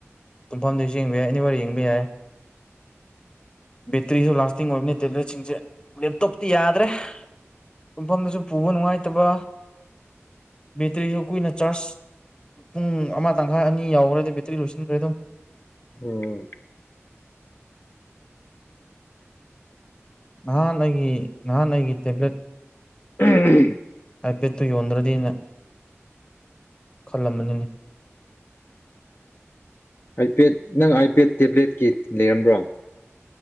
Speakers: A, on the left (about 20°); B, on the left (about 50°).
A: ꯇꯨꯝꯐꯝꯗꯁꯨ ꯌꯦꯡꯕ ꯌꯥꯏ ꯑꯦꯅꯤ ꯋꯥꯑꯔ ꯌꯦꯡꯕ ꯌꯥꯏ ꯕꯦꯇ꯭ꯔꯤꯁꯨ ꯂꯥꯁꯇꯤꯡ ꯑꯣꯏꯕꯅꯤ ꯇꯦꯕ꯭ꯂꯦꯠꯁꯤꯡꯁꯦ ꯂꯦꯞꯇꯣꯞꯇꯤ ꯌꯥꯗ꯭ꯔꯦ ꯇꯨꯝꯐꯝꯗꯁꯨ ꯄꯨꯕ ꯅꯨꯡꯉꯥꯏꯇꯕ ꯕꯦꯇ꯭ꯔꯤꯁꯨ ꯀꯨꯏꯅ ꯆꯥꯔꯖ ꯄꯨꯡ ꯑꯃ ꯇꯪꯈꯥꯏ ꯑꯅꯤ ꯌꯥꯎꯈ꯭ꯔꯗꯤ ꯕꯦꯇ꯭ꯔꯤ ꯂꯣꯏꯁꯤꯟꯈ꯭ꯔꯦ ꯑꯗꯨꯝ
B: ꯑꯣ
A: ꯅꯍꯥꯟ ꯑꯩꯒꯤ ꯅꯍꯥꯟ ꯑꯩꯒꯤ ꯇꯦꯕ꯭ꯂꯦꯠ
B: ꯎꯍꯝ
A: ꯑꯥꯏꯄꯦꯗꯠꯇꯨ ꯌꯣꯟꯗ꯭ꯔꯗꯤꯅ ꯈꯜꯂꯝꯕꯅꯤꯅꯦ
B: ꯑꯥꯏꯄꯦꯠ ꯅꯪ ꯑꯥꯏꯄꯦꯠ ꯇꯦꯕ꯭ꯂꯦꯠꯀꯤ ꯂꯩꯔꯝꯕ꯭ꯔꯣ